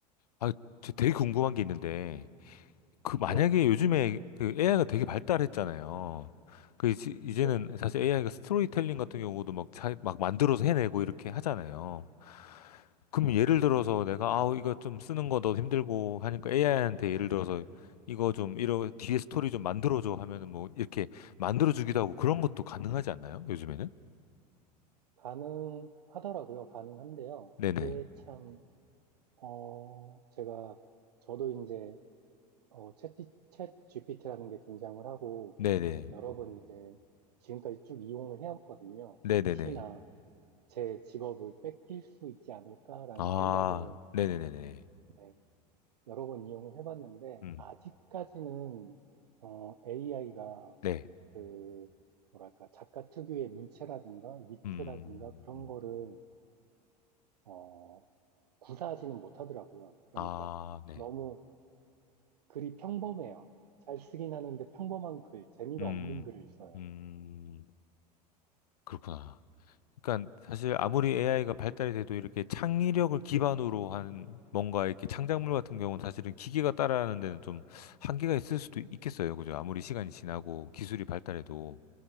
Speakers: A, on the left (about 65°); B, on the right (about 70°).
A: 아, 저 되게 궁금한 게 있는데, 그 만약에
B: 네,
A: 요즘에 그 AI가 되게 발달했잖아요. 그 이제- 이제는
B: 네.
A: 사실 AI가 스토리텔링 같은 경우도 막, 자, 막 만들어서 해내고 이렇게 하잖아요. 그럼 예를 들어서 내가 아우 이거 좀 쓰는 거 너무 힘들고 하니까 AI한테 예를 들어서 이거 좀 이런 뒤에 스토리 좀 만들어줘 하면은 뭐 이렇게 만들어주기도 하고 그런 것도 가능하지 않나요? 요즘에는?
B: 가능하더라고요. 가능한데요.
A: 네네.
B: 이게 참, 어, 제가, 저도 이제, 어, 챗, 챗 GPT라는 게 등장을 하고,
A: 네네.
B: 여러 번 이제, 지금까지 쭉 이용을 해왔거든요.
A: 네네네.
B: 혹시나 제 직업을 뺏길 수 있지 않을까라는
A: 아,
B: 생각에,
A: 네네네네.
B: 네, 여러 번 이용을 해봤는데,
A: 음.
B: 아직까지는, AI가
A: 네.
B: 그, 뭐랄까, 작가 특유의 문체라든가 위트라든가
A: 음.
B: 그런
A: 음.
B: 거를, 어, 구사하지는 못하더라고요. 그러니까
A: 아, 네.
B: 너무 글이 평범해요. 잘 쓰긴 하는데 평범한 글, 재미가
A: 음,
B: 없는 글을 써요.
A: 음, 그렇구나. 그러니까 사실 아무리 AI가 발달이 돼도 이렇게 창의력을 기반으로 한 뭔가 이렇게 창작물 같은 경우는 사실은 기계가 따라하는 데는 좀 한계가 있을 수도 있겠어요. 그죠? 아무리 시간이 지나고 기술이 발달해도.